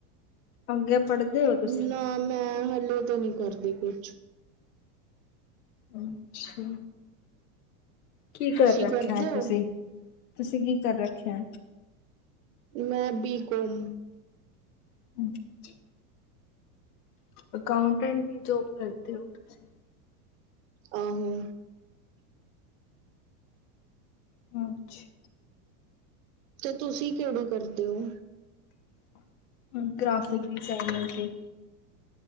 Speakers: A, on the left; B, on the right.
A: ਅੱਗੇ ਪੜ੍ਹਦੇ ਹੋ ਤੁਸੀਂ?
B: ਨਾ ਮੈਂ ਹਲੇ ਤੇ ਨਹੀਂ ਕਰਦੀ ਕੁਛ।
A: ਅੱਛਾ। ਕੀ ਕਰ
B: ਤੁਸੀਂ
A: ਰੱਖਿਆ
B: ਕਰਦੇ
A: ਹੈ
B: ਹੋ
A: ਤੁਸੀਂ? ਤੁਸੀਂ, ਕੀ ਕਰ ਰੱਖਿਆ?
B: ਮੈਂ ਬੀ ਕੋਮ।
A: <inaudible> ਅਕਾਊਂਟੈਂਟ ਕੀ ਜੋਬ ਕਰਦੇ ਹੋ ਤੁਸੀਂ?
B: ਆਹੋ।
A: ਅੱਛ। <inaudible>
B: ਤੇ ਤੁਸੀਂ, ਕਿਹੜੀ ਕਰਦੇ ਹੋ?
A: <inaudible> ਗ੍ਰਾਫਿਕ ਡਿਜ਼ਾਇਨਰ <unintelligible>